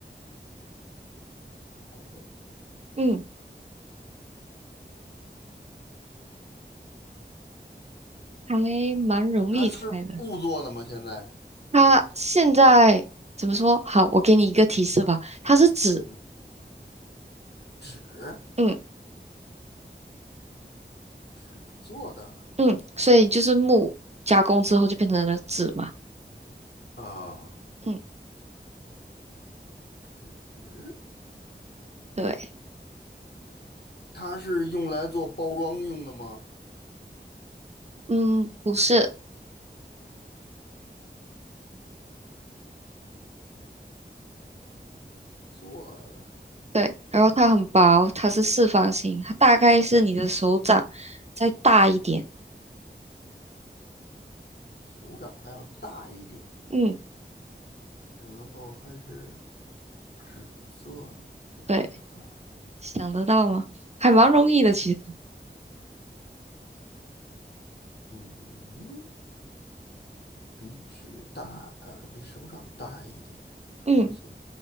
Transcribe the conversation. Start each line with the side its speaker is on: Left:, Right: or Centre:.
Left: 薄，
Right: 嗯，还蛮容易猜的。
Left: 它是布做的吗？现在，
Right: 它现在怎么说？好，我给你一个提示吧，它是纸，
Left: 嗯，纸，
Right: 嗯
Left: 纸做的
Right: 嗯，所以就是木加工之后就变成了纸嘛，
Left: 啊，
Right: 嗯，
Left: 纸，
Right: 对，
Left: 它是用来做包装用的吗？
Right: 嗯，不是，
Left: 纸做的，
Right: 对，然后它很薄，它是四方形，它大概是你的手掌再大一点，
Left: 比手掌还要大一点，
Right: 嗯，
Left: 然后还是。纸做的，比手掌大，
Right: 对，想得到吗？还蛮容易的，其实，
Left: 嗯，比纸大，呃，比手掌大一点，还显
Right: 嗯，